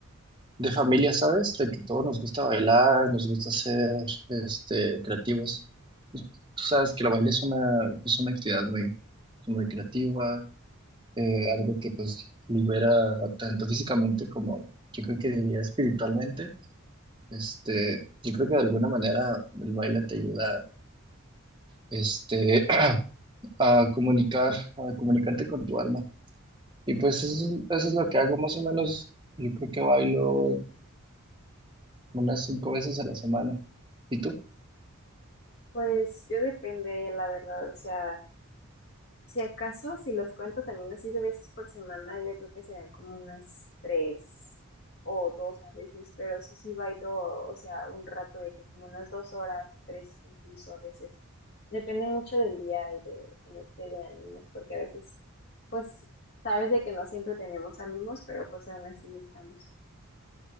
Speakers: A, on the right (about 20°); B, on the left (about 50°).
A: de familia, ¿sabes? De que todos nos gusta bailar, nos gusta ser este, creativos. Pues, Tú sabes que la baile es una, pues, una actividad muy, muy creativa, eh, algo que pues libera tanto físicamente como yo creo que diría espiritualmente. Este, yo creo que de alguna manera el baile te ayuda este, <clears throat> a comunicar, a comunicarte con tu alma. Y pues eso, es- eso es lo que hago más o menos. Yo creo que bailo unas cinco veces a la semana. ¿Y tú?
B: Pues yo depende, la verdad, o sea, si acaso, si los cuento también así de veces por semana, yo creo que serían como unas tres o dos a veces, pero sí, sí bailo, o sea, un rato de que como unas dos horas, tres incluso a veces. Depende mucho del día y de cómo esté de ánimos, porque a veces, pues, sabes de que no siempre tenemos ánimos, pero pues aún así estamos.